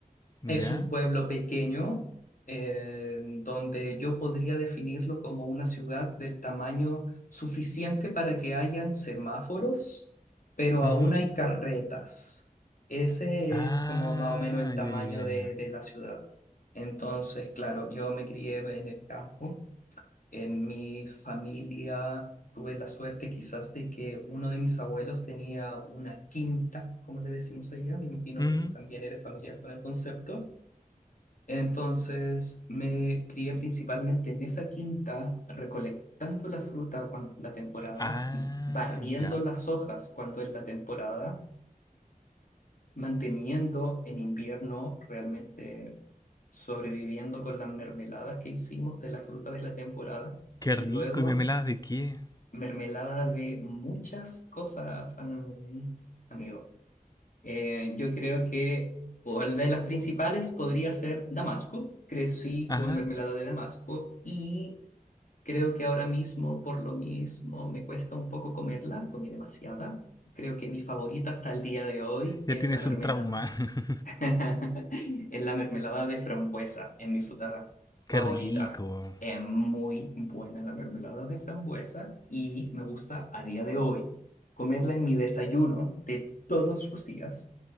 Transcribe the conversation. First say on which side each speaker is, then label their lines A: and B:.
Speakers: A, on the left; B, on the left.
A: Ya.
B: Es un pueblo pequeño eh, donde yo podría definirlo como una ciudad del tamaño suficiente para que hayan semáforos, pero
A: ujú.
B: aún hay carretas. Ese
A: Ah,
B: es como más o menos el tamaño
A: ya, ya, ya,
B: de,
A: ya.
B: de la ciudad. Entonces, claro, yo me crié en el campo En mi familia tuve la suerte quizás de que uno de mis abuelos tenía una quinta, como le decimos allá, me imagino
A: Mm,
B: que tú también eres familiar con el concepto. Entonces me crié principalmente en esa quinta, recolectando la fruta cuando es la temporada,
A: Ah,
B: barriendo
A: mira.
B: las hojas cuando es la temporada, manteniendo en invierno realmente sobreviviendo con las mermeladas que hicimos de la fruta de la temporada
A: Qué
B: y
A: rico.
B: luego
A: ¿Y mermelada de qué?
B: mermelada de muchas cosas, fan- amigo. Eh, yo creo que una de las principales podría ser Damasco. Crecí
A: Ajá.
B: con mermelada de Damasco y creo que ahora mismo, por lo mismo, me cuesta un poco comerla, comí demasiada. Creo que mi favorita hasta el día de hoy
A: Ya
B: es
A: tienes
B: la mermelada.
A: un trauma. <laughs>
B: <laughs> Es la mermelada de frambuesa, es mi fruta favorita.
A: Qué rico.
B: Es muy buena la mermelada de frambuesa y me gusta a día de hoy comerla en mi desayuno de todos los días.